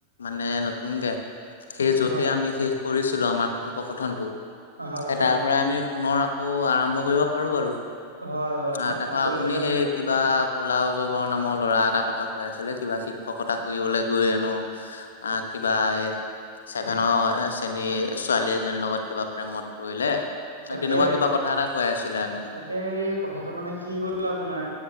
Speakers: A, on the left; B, on the right.
A: মানে নতুনকে সেই য'তে
B: হয়
A: আমি শেষ কৰিছিলো আমাৰ কথোপকথনটো।
B: হয়
A: সেই
B: হয়
A: তাৰ পৰা আমি পুনৰ আ <inaudible> আকৌ আৰম্ভ কৰিব পাৰো আৰু। <inaudible>
B: হয় হয় হয়
A: তাৰপৰা
B: আচলতে
A: আপুনি সেই কিবা ক'লা অজগৰ নামৰ ল'ৰা এটাৰ কথা কৈ আছিলে কিবা শিক্ষকতা কৰিবলৈ গৈ হেনো <inaudible> আহ কিবা এই <inaudible> ছেভেনৰ শ্ৰেণীৰ ছোৱালী এজনীৰ লগত কিবা প্ৰেমত পৰিলে। <inaudible>
B: তাকে
A: তেনেকুৱা কিবা কথা এটা কৈ আছিলে আপুনি। <inaudible>
B: <unintelligible> এই কথাটো মানে কি হ'ল আপোনাৰ